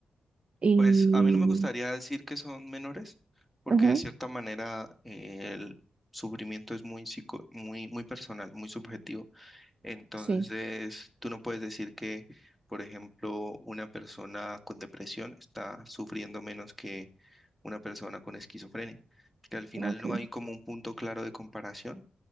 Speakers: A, on the right (about 45°); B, in the centre.
A: Y,
B: Pues a mí no me gustaría decir que son menores, porque
A: ajá,
B: de cierta manera eh, el sufrimiento es muy psico- muy, muy personal, muy subjetivo. Entonces,
A: sí,
B: tú no puedes decir que, por ejemplo, una persona con depresión está sufriendo menos que una persona con esquizofrenia, porque al final
A: ah, ok,
B: no hay como un punto claro de comparación